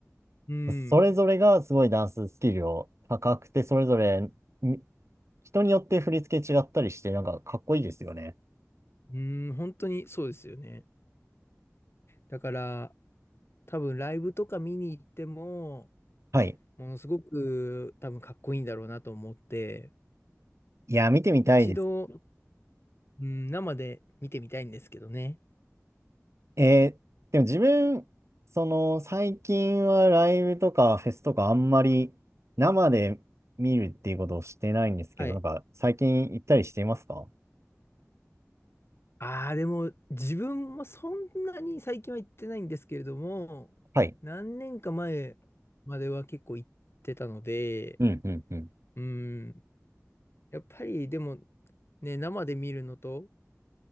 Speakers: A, on the left (about 50°); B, on the right (about 60°).
A: うん。
B: それぞれがすごいダンススキルを高くて、それぞれみ人によって振り付け違ったりして、なんかかっこいいですよね。
A: うーん、本当にそうですよね。だから、多分ライブとか見に行っても、
B: はい。
A: ものすごく多分かっこいいんだろうなと思って、
B: いや、見てみたいです。
A: 一度、うん、生で見てみたいんですけどね。
B: えーでも自分、その最近はライブとかフェスとかあんまり生で見るっていうことをしてないんですけど、
A: はい。
B: なんか最近行ったりしていますか
A: ああ、でも自分もそんなに最近は行ってないんですけれども、
B: はい。
A: 何年か前までは結構行ってたので、
B: うんうんうん
A: うん、やっぱりでもね、生で見るのと、